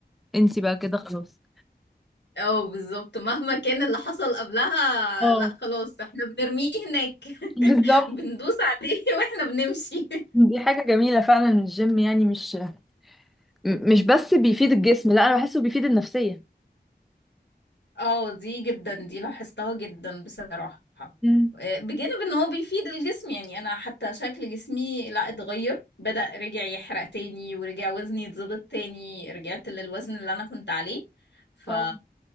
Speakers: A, in the centre; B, on the left.
A: فانسي بقى كده خلاص
B: اه بالظبط مهما كان اللي حصل قبلها
A: اه
B: لا خلاص احنا بنرميه هناك <laughs>
A: بالظبط
B: بندوس عليه واحنا بنمشي
A: دي حاجة جميلة فعلا الجيم يعني مش م- مش بس بيفيد الجسم لا انا بحسه بيفيد النفسية
B: اه دي جدا دي لاحظتها جدا بصراحة
A: مم.
B: آه، بجانب ان هو بيفيد الجسم يعني انا حتى شكل جسمي لا اتغير بدأ رجع يحرق تاني ورجع وزني يتظبط تاني رجعت للوزن اللي انا كنت عليه ف...
A: اه